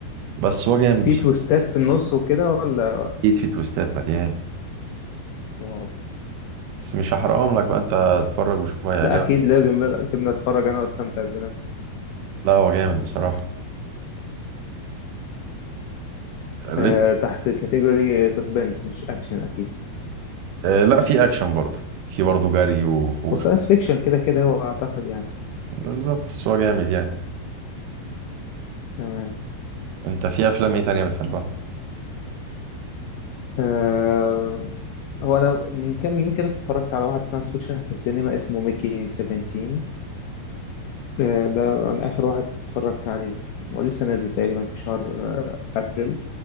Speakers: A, on the right; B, on the left.
A: بس هو جامد
B: في
A: بصراحه
B: تويستات في النص وكده ولا
A: اكيد في تويستات مليان
B: واو
A: بس مش هحرقهم لك بقى انت اتفرج وشوف هيعجبك
B: لا اكيد لازم لا لا سيبنا اتفرج انا واستمتع بنفسي
A: لا هو جامد بصراحه ليه
B: أه تحت كاتيجوري سسبنس مش اكشن اكيد
A: آه لا في اكشن برضه في برضه جري وحوش
B: وساينس فيكشن كده كده هو اعتقد يعني
A: بالظبط بس هو جامد يعني
B: تمام
A: انت في افلام ايه تانية بتحبها
B: أه هو انا من كام يوم كده اتفرجت على واحد ساينس فيكشن في السينما اسمه ميكي 17 أه ده عن اخر واحد اتفرجت عليه هو لسه نازل تقريبا في شهر آه، ابريل